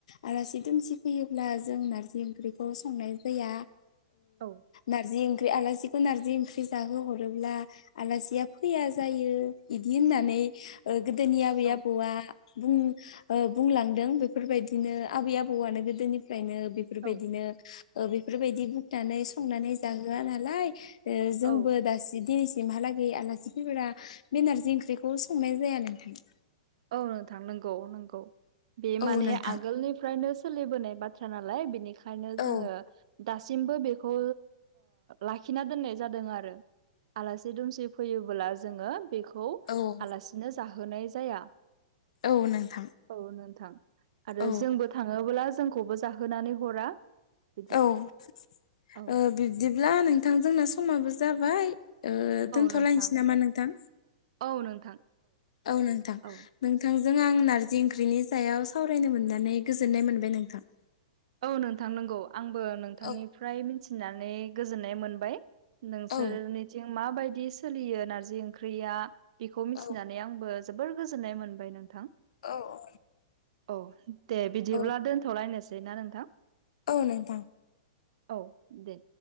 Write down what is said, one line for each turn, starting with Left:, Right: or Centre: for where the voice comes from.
Left: आलासि दुमसि फैयोब्ला जों नारजि ओंख्रिखौ संनाय जाया
Right: औ
Left: नारजि ओंख्रि आलासिखौ नारजि ओंख्रि जाहो हरोब्ला आलासिया फैया जायो बिदि होननानै गोदोनि आबै
Right: औ
Left: आबौआ बुं बुंलांदों। बेफोरबायदिनो आबै आबौआनो गोदोनिफ्रायनो बेफोरबायदिनो
Right: औ
Left: बेफोरबायदि बुखनानै संनानै जाहोआ नालाय। जोंबो
Right: औ
Left: दासिदि सिमहालागै आलासि फैगब्ला बे नारजि ओंख्रिखौ संनाय जाया नोंथां।
Right: औ नोंथां नंगौ नंगौ। बे
Left: औ
Right: माने
Left: नोंथां
Right: आगोलनिफ्रायनो सोलिबोनाय बाथ्रा नालाय बेनिखायनो
Left: औ
Right: जोङो दासिमबो बे खौ लाखिना दोननाय जादों आरो। आलासि दुमसि फैयोबोला जोङो बेखौ
Left: औ
Right: आलासिनो जाहोनाय जाया।
Left: औ नोंथां।
Right: औ नोंथां आरो
Left: औ
Right: जोंबो थाङोब्ला जोंखौबो जाहोनानै हरा। बिदि
Left: औ
Right: औ
Left: बिब्दिब्ला नोंथां जोंना समाबो जाबाय। दोनथ'लायनोसै
Right: नोंथां
Left: नामा नोंथां।
Right: औ नोंथां।
Left: औ नोंथां।
Right: औ
Left: नोंथांजों आं नारजि ओंख्रिनि सायाव सावरायनो मोननानै गोजोननाय मोनबाय नोंथां।
Right: औ नोंथां नंगौ आंबो नोंथांनिफ्राय
Left: औ
Right: मिथिनानै गोजोननाय मोनबाय। नोंसोरनिथिं
Left: औ
Right: माबायदि सोलियो नारजि ओंख्रिया बेखौ मिथिनानै
Left: औ
Right: आंबो जोबोर गोजोननाय मोनबाय नोंथां।
Left: औ औ।
Right: औ दे बिदिब्ला
Left: औ
Right: दोनथ'लायनोसै ना नोंथां।
Left: औ नोंथां।
Right: औ दे।